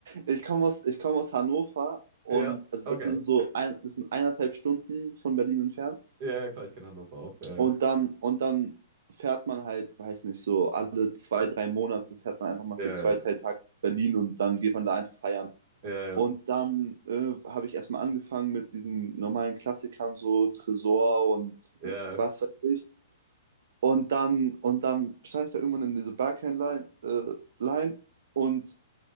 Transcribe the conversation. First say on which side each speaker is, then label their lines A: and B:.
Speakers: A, on the right; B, on the right.
A: ich komme aus, ich komme aus Hannover und
B: Ja,
A: also
B: okay.
A: das sind so ein, das sind eineinhalb Stunden von Berlin entfernt.
B: Ja, ja, klar, ich kenne Hannover auch. Ja,
A: Und dann, und dann fährt man halt, weiß nicht, so alle zwei, drei Monate fährt man einfach mal
B: ja,
A: für zwei, drei Tage nach Berlin und dann geht man da einfach feiern.
B: ja, ja,
A: Und
B: okay.
A: dann äh, habe ich erstmal angefangen mit diesen normalen Klassikern, so Tresor und
B: ja.
A: was weiß ich. Und dann, und dann stand ich da irgendwann in diese Barcane-Line äh, Line und